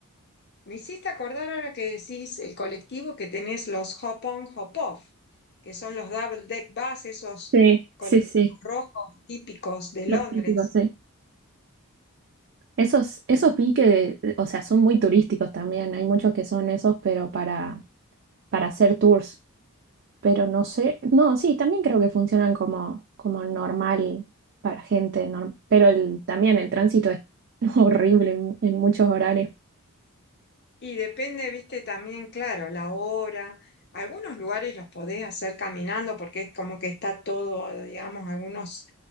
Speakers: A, on the left; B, on the right.
A: Me hiciste acordar ahora que decís el colectivo que tenés los Hop-on, Hop-off, que son los double deck bus, esos
B: sí,
A: colectivos
B: sí, sí,
A: rojos típicos de
B: los
A: Londres.
B: típicos, sí. Esos, esos
A: Así.
B: vi que, o sea, son muy turísticos también. Hay muchos que son esos, pero para, para hacer tours. Pero no sé, no, sí, también creo que funcionan como, como normal para gente, norm- pero el, también el tránsito es <laughs> horrible en en muchos horarios.
A: Y depende, viste, también, claro, la hora. Algunos lugares los podés hacer caminando porque es como que está todo, digamos, algunos,